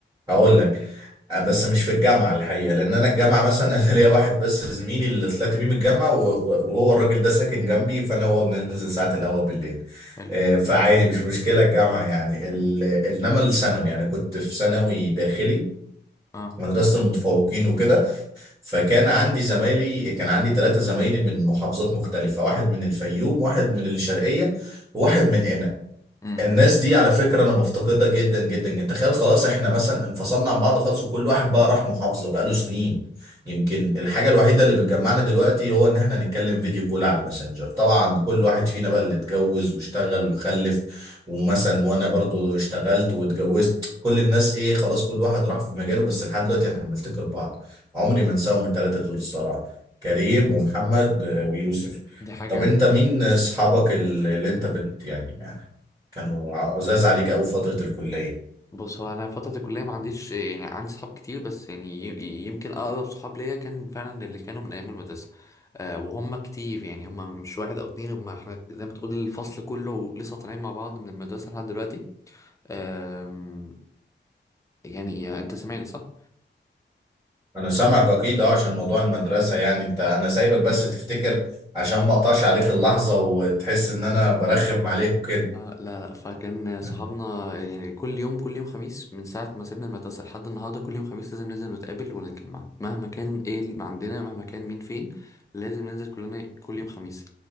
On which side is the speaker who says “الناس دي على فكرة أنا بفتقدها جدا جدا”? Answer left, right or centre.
Right